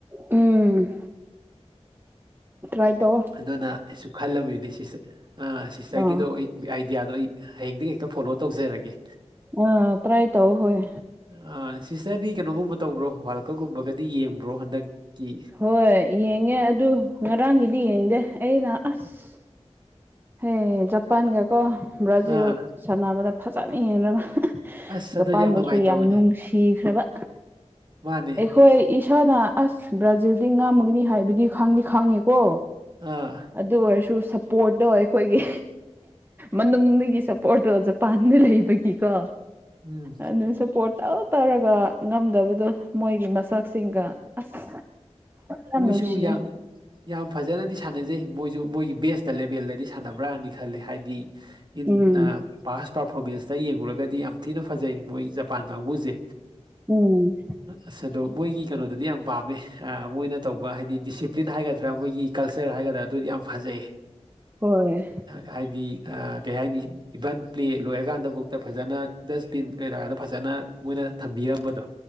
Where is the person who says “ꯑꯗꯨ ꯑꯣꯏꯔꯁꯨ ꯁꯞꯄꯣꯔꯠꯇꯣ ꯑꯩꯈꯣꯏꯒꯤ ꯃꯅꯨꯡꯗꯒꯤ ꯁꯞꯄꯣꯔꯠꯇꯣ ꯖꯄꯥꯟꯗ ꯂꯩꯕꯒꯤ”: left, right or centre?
Right